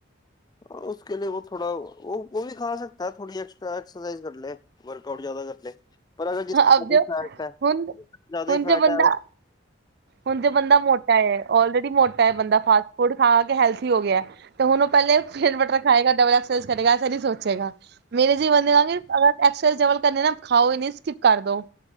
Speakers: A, on the left; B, on the right.
A: ਹਾਂ। ਉਸ ਤੋ ਬਾਅਦ ਵੀ ਖਾ ਸਕਦਾ। ਬੇੜੀ। ਐਕਸਟਰਾ ਐਕਸਰਸਾਈਜ਼ ਕਰ ਲੈ। ਵਰਕ ਆਊਟ ਜ਼ਿਆਦਾ ਕਰ ਲੈ ਪਰ ਅਗਰ ਜੇ
B: ਅਬ ਜੋ
A: ਫੈਟ ਹੈ।
B: ਹੁਣ
A: ਜ਼ਿਆਦਾ
B: ਹੁਣ
A: ਹੀ
B: ਜੋ
A: ਫੈਟ
B: ਬੰਦਾ
A: ਹੈ।
B: ਹੁਣ ਜੇ ਬੰਦਾ ਮੋਟਾ ਹੈ। ੳਲਰੇਡੀ ਮੋਟਾ ਹੈ। ਬੰਦਾ ਫਾਸਟ ਫੂਡ ਖਾ ਕੇ ਹੈਲਥੀ ਹੋ ਗਿਆ ਤੇ ਹੁਣ। ਪਹਿਲੇ ਪਿਨ ਬਟਰ ਖਾਏਗਾ। ਡਬਲ ਐਕਸ ਕਰੇਗਾ ਫਿਰ ਹੀ ਸੋਚੇਗਾ ਮੇਰੇ ਜੀ ਬੰਦੇਗਾਗੇ। ਅਗਰ ਐਕਸਚੇਂਜ ਡਬਲ ਕਰਣੇ ਨਾ ਖਾਓ ਨ ਸਕਿਪ ਕਰ ਦੋ।